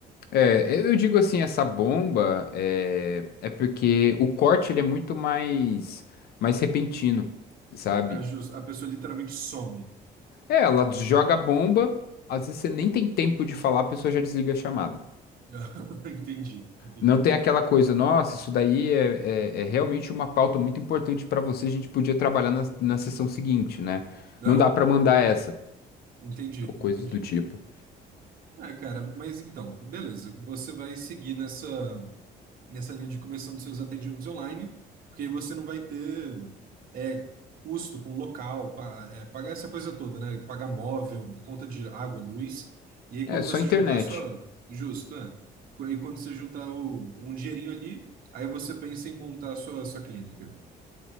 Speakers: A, on the left; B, on the right.
A: É, eu eu digo assim, essa bomba é, é porque o corte ele é muito mais mais repentino, sabe?
B: A, jus- a pessoa literalmente some.
A: É, ela joga a bomba, às vezes você nem tem tempo de falar, a pessoa já desliga a chamada.
B: <laughs> Entendi, entendi.
A: Não tem aquela coisa, nossa, isso daí é, é, é realmente uma pauta muito importante pra você, a gente podia trabalhar na, na sessão seguinte, né?
B: Aham,
A: Não dá pra mandar essa,
B: entendi,
A: ou coisas
B: entendi.
A: do tipo.
B: Ah, cara, mas então, beleza. Você vai seguir nessa. nessa linha de começando seus atendimentos online, porque aí você não vai ter é, custo com local, pa- é, pagar essa coisa toda, né? Pagar móvel, conta de água, luz. E aí
A: É,
B: quando
A: só
B: você
A: internet.
B: juntar a sua. Justo, é. Co- E quando você juntar o- um dinheirinho ali, aí você pensa em montar a sua, sua clínica.